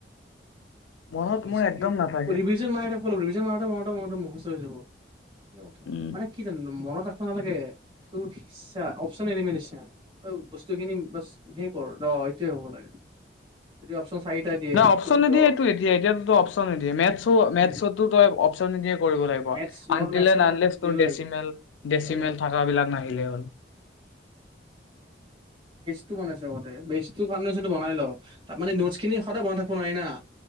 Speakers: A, on the left; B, on the right.
A: মনত
B: হিষ্ট্ৰি
A: মোৰ একদম নাথাকে
B: ৰিভিজন মাৰি থাকিব লাগিব, ৰিভিজন মাৰোত, মাৰোতে, মাৰোতে মুখস্থ হৈ যাব। এই কথা
A: উম
B: মানে কি জান মনত নালাগে তোৰ ইচ্ছা অপচন এলিমেননিচা বস্তু খিনি হে কৰ দ সেটোৱে হ'ব লাগে। যদি অপচন চাৰিটা দিয়ে
A: অ' অপশচন
B: এইটো ভিতৰত
A: নিদিয়েতো এতিয়া। এতিয়া অপচন নিদিয়ে। মেটচও মেটচতো
B: উম
A: তই আফচন নিদিয়াকৈ কৰিব লাগিব,
B: মেথছ মোৰ
A: আন্তিল
B: মেথছটো
A: এন্দ আনলেচ
B: টটেলি
A: তোৰ
B: জিৰ' হৈ
A: ডচিমেল
B: গৈছে
A: ডচিমেল
B: চাব লাগিব
A: থকাবিলাক নাহিলেই হ'ল।
B: টো বনাইছ আগতে বেচতো আৰু ফাউন্দচনতো বনায় ল, তাৰমানে নোটচখিনি সদায় বনায় থাকিব নোৱাৰি না।